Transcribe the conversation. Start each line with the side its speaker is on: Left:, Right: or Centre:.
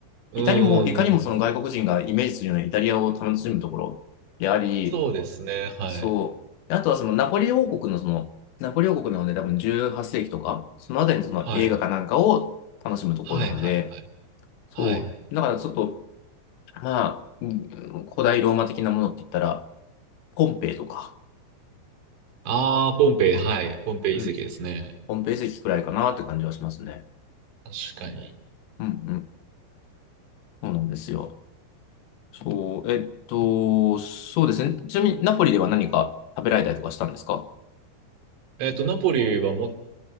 Right: うん、
Left: いかにも、
Right: うんうん、
Left: いかにもその外国人がイメージするようなイタリアを楽しむところであり、
Right: そうですね、はい。
Left: そう、あとはそのナポリ王国のその、ナポリ王国なので多分18世紀とか、そのあたりにその映画かなんかを楽しむところなので、
Right: はい。はい、はい、はい。
Left: そう、
Right: はい。
Left: だからちょっと、まあ、古代ローマ的なものって言ったら、ポンペイとか、
Right: ああ、ポンペイ、
Left: うん、
Right: はい。ポンペイ遺跡ですね。
Left: うん、ポンペイ遺跡くらいかなって感じはしますね。
Right: 確かに。
Left: うん、うん、そうなんですよ。そう、えっと、そうですね。ちなみに、ナポリでは何か食べられたりとかしたんですか
Right: えっと、ナポリはも